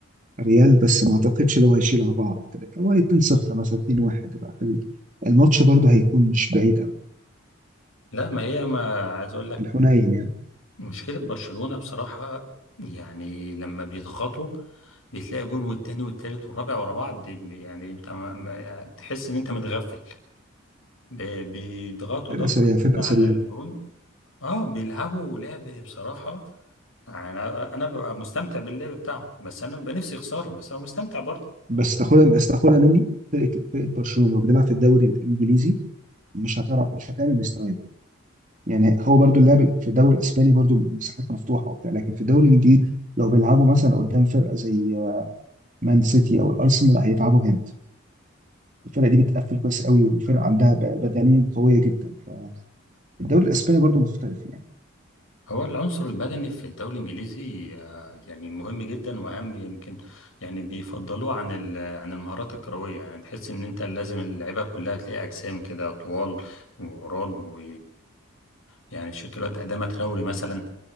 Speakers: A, on the right (about 35°); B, on the left (about 75°).
A: ريال بس ما اعتقدش لو هيشيل اربعه او ثلاثه هو 2-0 مثلا 2-1 يبقى خلي الماتش برضه هيكون مش بعيد قوي
B: لا ما هي ما عايز اقول لك
A: الحنين يعني
B: مشكلة برشلونة بصراحة يعني لما بيضغطوا بتلاقي جون والتاني والتالت والرابع ورا بعض يعني انت ما ما- يعني تحس ان انت متغفل ب- بيضغطوا
A: فرقه
B: ضغط
A: سريعه فرقه
B: كده على
A: سريعه
B: الجون اه بيلعبوا لعب بصراحة انا انا ببقى مستمتع باللعب بتاعهم بس انا ببقى نفسي يخسروا بس هو مستمتع برضه
A: بس تاخدها بس تاخدها مني فرقه فرقه برشلونه لو بتلعب في الدوري الانجليزي مش هتعرف مش هتعمل مستويات دي يعني هو برضه اللاعب في الدوري الاسباني برضه مساحات مفتوحه وبتاع لكن في الدوري الانجليزي لو بيلعبوا مثلا قدام فرقه زي مان سيتي او الارسنال هيتعبوا جامد الفرقه دي بتقفل كويس قوي وفرقه
B: مم.
A: عندها ب- بدنيا قويه جدا فالدوري الاسباني برضه مختلف يعني.
B: هو العنصر البدني في الدوري الإنجليزي آه، يعني مهم جدا وأهم يمكن يعني بيفضلوه عن ال- عن المهارات الكروية يعني تحس إن أنت لازم اللعيبة كلها تلاقي أجسام كده طوال وعراض و يعني شوتولات قدامها تروري مثلا